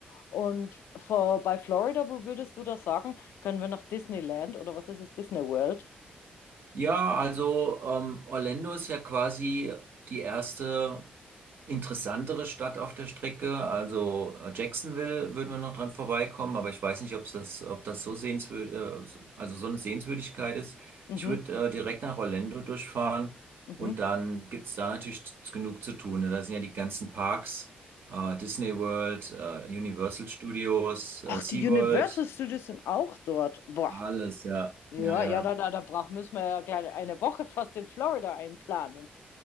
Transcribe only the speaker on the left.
Und vor, bei Florida, wo würdest du das sagen? Können wir nach Disneyland oder was ist es? Disney World?
Mhm,
mhm.
Ach,
die Universal Studios sind auch dort. Boah.
Ja,
ja, dann, dann brauch, müssen wir ja gleich eine Woche fast in Florida einplanen.